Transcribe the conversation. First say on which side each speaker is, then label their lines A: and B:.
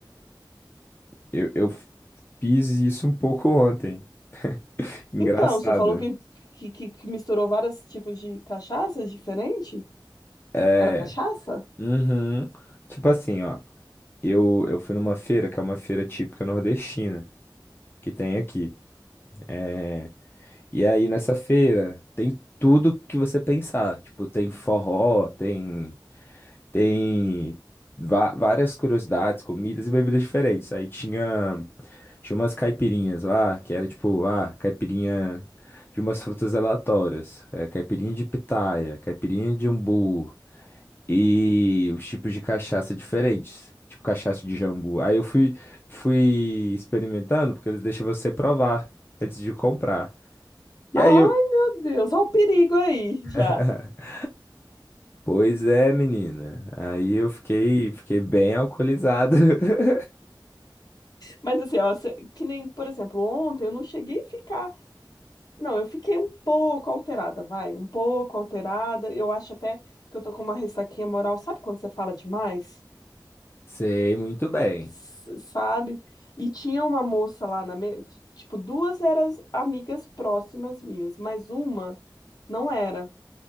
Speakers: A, on the left; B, on the left.
A: eu, eu fiz isso um pouco ontem. Engraçado.
B: Então, você falou que, que, que- que misturou vários tipos de cachaças diferentes?
A: É,
B: Era cachaça?
A: uhum. Tipo assim, ó, eu, eu fui numa feira, que é uma feira típica nordestina. que tem aqui. É, E aí nessa feira tem tudo que você pensar. Tipo, tem forró, tem tem va- várias curiosidades, comidas e bebidas diferentes. Aí tinha tinha umas caipirinhas lá, que era tipo, ah, caipirinha de umas frutas aleatórias, é, caipirinha de pitaia, caipirinha de umbu, e os tipos de cachaça diferentes, tipo cachaça de jambu. Aí eu fui, fui experimentando, porque eles deixam você provar antes de comprar. E
B: Ai,
A: aí eu,
B: meu Deus, olha o perigo aí já.
A: <laughs> pois é, menina. Aí eu fiquei, fiquei bem alcoolizado. <laughs>
B: Mas assim, ó, cê- que nem, por exemplo, ontem eu não cheguei a ficar. Não, eu fiquei um pouco alterada, vai, um pouco alterada. Eu acho até que eu tô com uma ressaquinha moral. Sabe quando você fala demais?
A: Sei muito bem.
B: S- sabe? E tinha uma moça lá na mesa, tipo, duas eram amigas próximas minhas, mas uma não era.